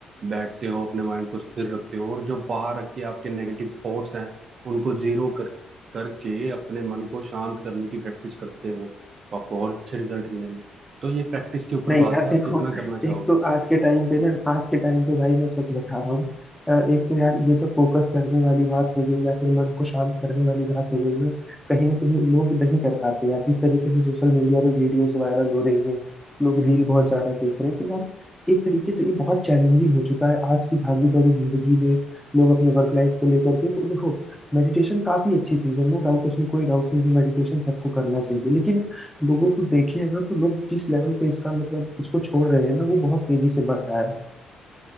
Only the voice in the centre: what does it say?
नहीं
यार
देखो
एक तो आज के टाइम पे ना आज के टाइम पे भाई मैं सच बता रहा हूँ अ, एक तो यार ये सब फोकस करने वाली बात हो गई या फिर मन को शांत करने वाली बात हो गई ना कहीं ना कहीं लोग नहीं कर पाते यार जिस तरीके से सोशल मीडिया पे वीडियोस वायरल हो रही हैं लोग रील बहुत ज्यादा देख रहे हैं तो यार एक तरीके से ये बहुत चैलेंजिंग हो चुका है आज की भागी दौड़ी जिंदगी में लोग अपने वर्क लाइफ को लेकर के तो देखो मेडिटेशन काफी अच्छी चीज है नो डाउट उसमें कोई डाउट नहीं कि मेडिटेशन सबको करना चाहिए लेकिन लोगों को देखिए अगर तो लोग जिस लेवल पे इसका मतलब इसको छोड़ रहे हैं ना वो बहुत तेजी से बढ़ रहा है